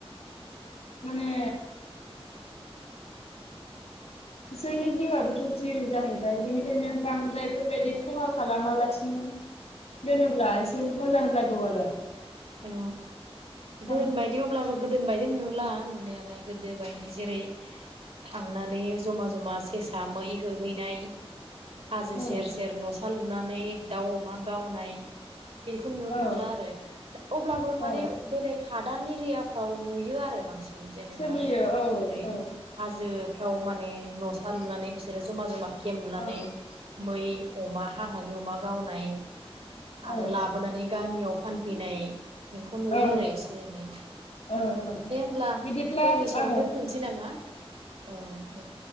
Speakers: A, on the left; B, on the right.
A: माने इसोरनि जिउआबो जिउ जाहै <unintelligible> बेनिखायनो बांद्राय बेफोरबायदि खहाख खालामालासिनो दोनोब्ला एसे मोजां जागौ आरो
B: औ गोओन
A: ओं
B: बायदि अब्लाबो गोदोनि बायदि नुला नुनायालाय गोदो बायदि जेरै थांनानै जमा जमा सेसा मै होहैनाय हाजो
A: औ
B: सेर सेर न' सा लु बुनानै दाउ अमा गावनाय बेखौ नुनो
A: औ
B: थांला आरो अब्लाबो माने
A: औ
B: बेलेग हादान एरियाफ्राव नुयो आरो बांसिन। जेनेबा
A: सोलियो औ औ
B: ओैरै होजो औ माने न' सा लुनानै बिसोरो जमा जमा केमलुनानै
A: औ
B: मै अमा हाग्रानि अमा गावनाय आरो
A: औ
B: लाबोनानै गामियाव फानफैनाय बिदिनो बेखौ नुयो
A: औ
B: आरो एसे एनै
A: औ
B: दे हब्ला
A: बिदिब्ला
B: जों इसेायावनो
A: औ
B: दोनथ'नोसै नामा औ दे